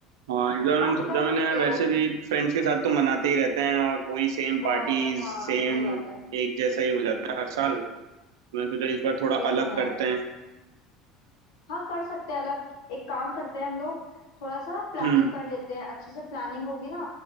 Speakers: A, on the right (about 70°); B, on the left (about 70°).
A: हाँ इस बार
B: हाँ
A: मैंने सोचा
B: कर सकते
A: मैंने यार वैसे
B: हो
A: भी फ्रेंड्स के साथ तो मनाते ही रहते हैं और वही सेम
B: बहुत
A: पार्टीज
B: हाँ
A: सेम
B: सही बात है
A: एक जैसा ही हो जाता है हर साल मैंने सोचा इस बार थोड़ा
B: ये
A: अलग
B: तो है
A: करते हैं
B: हाँ कर सकते हैं अलग एक काम करते हैं हम लोग थोड़ा सा ना प्लानिंग
A: हम्म
B: कर लेते हैं अच्छे से प्लानिंग होगी ना